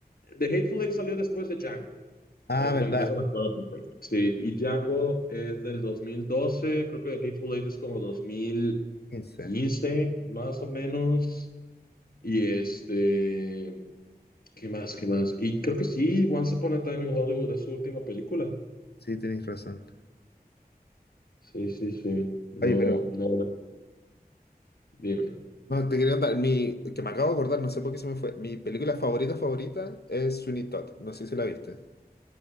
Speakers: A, on the left (about 65°); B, on the left (about 80°).
A: The Hateful Eight salió después de Django.
B: Ah,
A: Esto,
B: verdad.
A: eso me acuerdo perfecto. Sí, y Django es del 2012. creo que The Hateful Eight es como dos mil.
B: 15.
A: quince más o menos. Y este, ¿qué más? ¿Qué más? Y creo que sí, Once Upon a Time in Hollywood es su última película.
B: Sí, tenéis razón.
A: Sí, sí, sí. No,
B: Oye, pero...
A: no, no. dime.
B: No, te quería contar, mi, que me acabo de acordar, no sé por qué se me fue. Mi película favorita favorita es Sweeney Todd. No sé si la viste.